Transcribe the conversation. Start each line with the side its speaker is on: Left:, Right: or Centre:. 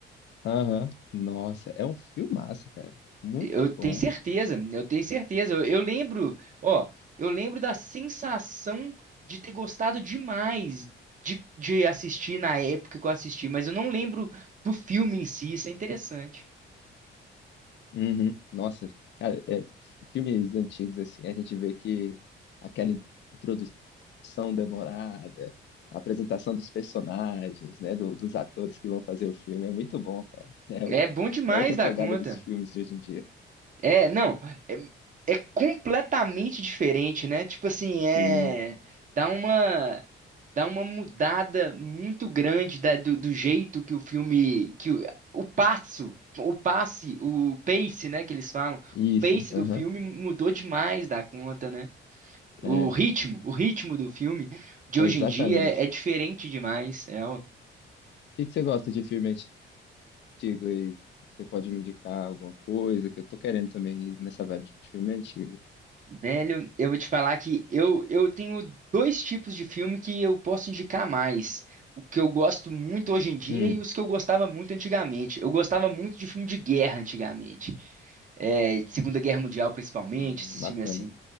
Left: Aham. Nossa, é um filmaço, cara. Muito
Right: Eu tenho
Left: bom.
Right: certeza, eu tenho certeza. Eu, eu lembro, ó, eu lembro da sensação de ter gostado demais de, de assistir na época que eu assisti, mas eu não lembro do filme em si, isso é interessante.
Left: Uhum. Nossa, cara, é, filmes antigos assim, a gente vê que aquela introdução demorada, a apresentação dos personagens, né, do- dos atores que vão fazer o filme é muito bom, cara. <laughs> É,
Right: É
Left: o-
Right: bom demais
Left: é outra
Right: da
Left: pegada
Right: conta.
Left: dos filmes de hoje em dia.
Right: É, não, é, é completamente diferente, né? Tipo assim, é
Left: Sim,
Right: dá uma dá uma mudada muito grande da- do, do jeito que o filme, que o, o passo, o passe, o pace, né, que eles falam, o
Left: isso,
Right: pace
Left: aham,
Right: do filme mudou demais da conta, né? O
Left: é,
Right: ritmo, o ritmo do filme de
Left: exatamente.
Right: hoje em dia é, é diferente demais, é,
Left: O que que você gosta de filme antigo aí? Você pode me indicar alguma coisa que eu tô querendo também ir nessa vibe de filme antigo?
Right: Velho, eu vou te falar que eu, eu tenho dois tipos de filme que eu posso indicar mais. O que eu gosto muito hoje em dia
Left: Hum,
Right: e os que eu gostava muito antigamente. Eu gostava muito de filme de guerra antigamente. É, de Segunda Guerra Mundial, principalmente,
Left: hum,
Right: esses
Left: bacana.
Right: filmes assim.